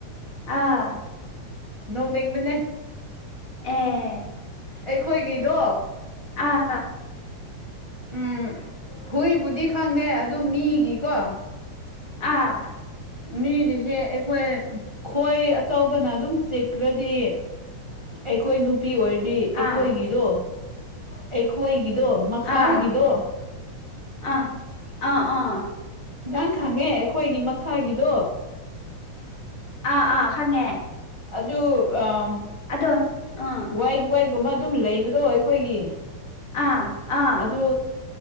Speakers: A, on the left (about 45°); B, on the right (about 15°).
A: ꯑꯥ
B: ꯅꯣꯛꯅꯤꯡꯕꯅꯦ
A: ꯑꯦ
B: ꯑꯩꯈꯣꯏꯒꯤꯗꯣ
A: ꯑꯥ
B: ꯎꯝ ꯍꯨꯏꯕꯨꯗꯤ ꯈꯪꯗꯦ ꯑꯗꯨ ꯃꯤꯒꯤꯀꯣ
A: ꯑꯥ
B: ꯃꯤꯒꯤꯁꯦ ꯑꯩꯈꯣꯏ ꯈꯣꯏ ꯑꯆꯧꯕꯅ ꯑꯗꯨꯝ ꯆꯤꯛꯈꯔꯗꯤ ꯑꯩꯈꯣꯏ ꯅꯨꯄꯤ ꯑꯣꯏꯔꯗꯤ ꯑꯩꯈꯣꯏꯒꯤꯗꯣ
A: ꯑꯥ
B: ꯑꯩꯈꯣꯏꯒꯤꯗꯣ ꯃꯈꯥꯒꯤꯗꯣ
A: ꯑꯥ ꯑꯥ ꯑꯥ ꯑꯥ
B: ꯅꯪ ꯈꯪꯉꯦ ꯑꯩꯈꯣꯏꯒꯤ ꯃꯈꯥꯒꯤꯗꯣ
A: ꯑꯥ ꯑꯥ ꯈꯪꯉꯦ
B: ꯑꯗꯨ ꯑꯝ
A: ꯑꯗꯣ ꯑꯥ
B: ꯋꯥ꯭ꯏꯗ ꯋꯥ꯭ꯏꯗ ꯒꯨꯝꯕ ꯑꯗꯨꯝ ꯂꯩꯕꯗꯣ ꯑꯩꯈꯣꯏꯒꯤ
A: ꯑꯥ ꯑꯥ
B: ꯑꯗꯨ